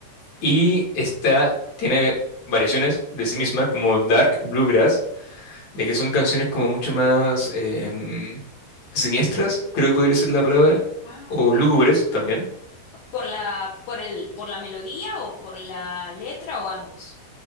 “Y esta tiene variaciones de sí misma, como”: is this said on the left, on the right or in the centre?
Left